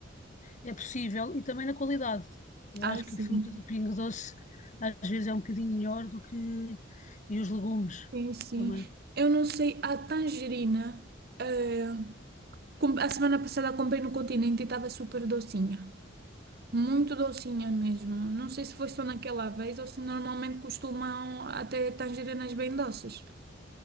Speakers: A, on the left (about 40°); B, on the right (about 50°).
A: É possível e também na qualidade. Eu
B: Ai,
A: acho
B: sim.
A: que a fruta do Pingo Doce às vezes é um bocadinho melhor do que e os legumes
B: Sim, sim.
A: também.
B: Eu não sei, a tangerina. eh, Com- A semana passada comprei no Continente e estava super docinha. Muito docinha mesmo. Não sei se foi só naquela vez ou se normalmente costumam até tangerinas bem doces.